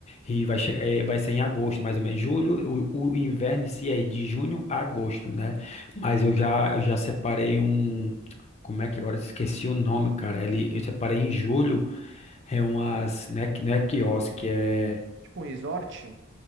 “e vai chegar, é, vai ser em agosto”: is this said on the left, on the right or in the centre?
Left